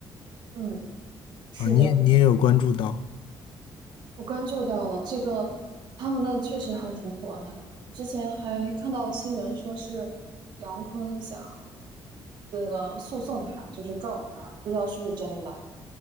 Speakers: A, on the right; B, on the left.
A: 嗯，是的。
B: 啊！你也你也有关注到，
A: 我关注到了这个，他们的确实还挺火的。我之前还看到新闻说是杨坤想这个诉讼他，就是告他，不知道是不是真的。